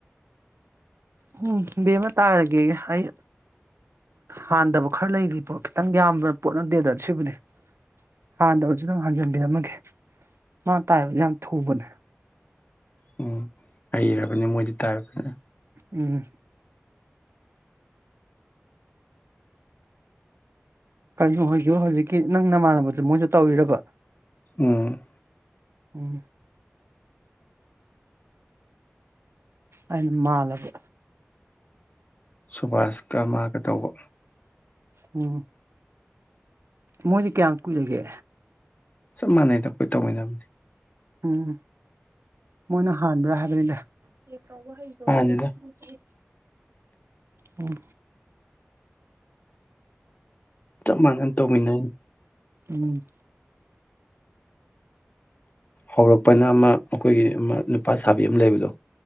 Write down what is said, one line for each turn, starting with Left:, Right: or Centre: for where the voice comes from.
Right: ꯎꯝ ꯕꯦꯃꯃ ꯇꯥꯏꯔꯒꯦ ꯑꯩ ꯍꯥꯟꯗꯕ ꯈꯔ ꯂꯩꯔꯤꯗꯣ ꯈꯤꯇꯪ ꯌꯥꯝꯕ꯭ꯔ ꯄꯣꯠ ꯅꯠꯇꯦꯗ ꯁꯤꯕꯨꯗꯤ ꯍꯥꯟꯗꯕꯁꯨ ꯑꯗꯨꯝ ꯍꯟꯖꯤꯟꯕꯤꯔꯝꯃꯒꯦ ꯃꯥ ꯇꯥꯏꯕꯗꯤ ꯌꯥꯝ ꯊꯨꯕꯅꯦ
Left: ꯎꯝ ꯍꯩꯔꯕꯅꯦ ꯃꯣꯏꯗꯤ ꯇꯥꯏꯕꯗ
Right: ꯎꯝ ꯀꯩꯅꯣ ꯍꯣꯏꯁꯨ ꯍꯧꯖꯤꯛꯀꯤ ꯅꯪ ꯅꯃꯥꯟꯅꯕ ꯃꯣꯏꯁꯨ ꯇꯧꯋꯔꯕ
Left: ꯎꯝ
Right: ꯎ ꯑꯩ ꯃꯥꯜ ꯂꯕ
Left: ꯁꯨꯕꯥꯁꯀ ꯃꯥꯒ ꯇꯧꯕ
Right: ꯎꯝ ꯃꯣꯏꯗꯤ ꯀꯌꯥꯝ ꯀꯨꯏꯔꯒꯦ
Left: ꯆꯞ ꯃꯥꯟꯅꯩꯗ ꯇꯧꯃꯤꯟꯅꯕꯅꯤ
Right: ꯎꯝ ꯃꯣꯏꯅ ꯍꯥꯟꯕ꯭ꯔꯥ ꯍꯥꯏꯕꯅꯤꯗ ꯇꯧꯕ ꯍꯩꯔꯣꯏ
Left: ꯃꯥꯅꯤꯗ
Right: ꯑꯩ ꯁꯤꯗꯤ ꯑꯣ
Left: ꯆꯞ ꯃꯥꯟꯅꯅ ꯇꯧꯃꯤꯟꯅꯩꯅꯤ
Right: ꯎꯝ
Left: ꯍꯧꯔꯛꯄꯅ ꯑꯃ ꯑꯩꯈꯣꯏꯒꯤ ꯑꯃ ꯅꯨꯄꯥ ꯁꯥꯕꯤ ꯑꯃ ꯂꯩꯕꯗꯣ